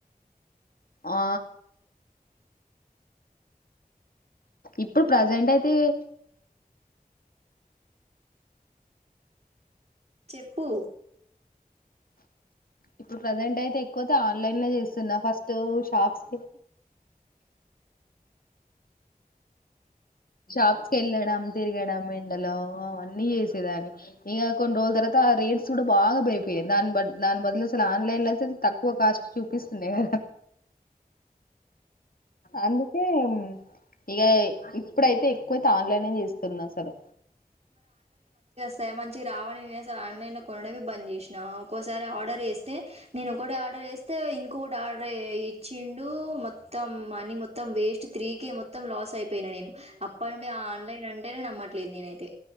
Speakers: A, on the left; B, on the right.
A: ఆ ఇప్పుడు ప్రజెంట్ అయితే
B: చెప్పు
A: ఇప్పుడు ప్రజెంట్ అయితే ఎక్కువతే ఆన్లైన్ లో చేస్తున్నా ఫస్ట్ షాప్స్ షాప్స్ కెళ్ళడం తిరగడం ఎండల అన్నీ చేసేదాన్ని ఇగ కొన్ని రోజుల తర్వాత ఆ రేట్స్ కూడా బాగా పెరిగిపోయాయి దాని బ దాని బదులు అసలు ఆన్లైన్ లో ఐతే తక్కువ కాస్ట్ చూపిస్తుంది <inaudible> అందుకే ఇగ ఇప్పుడైతే కోతే ఆన్లైనే చేస్తున్నా అసలు
B: సరే మంచిగా రావని నేను అసలు ఆన్లైన్లో కొనడవే బంద్ చేసినా ఒక్కోసారి ఆర్డర్ వేస్తే నేను ఒకటి ఆర్డర్ వేస్తే ఇంకొకటి ఆర్డర్ ఏ ఇచ్చిండు మొత్తం మనీ మొత్తం వేస్ట్ త్రీ కేే మొత్తం లాస్ అయిపోయినా నేను అప్పటి నుండే ఆన్లైన్ అంటేనే నమ్మట్లేదు నేనైతే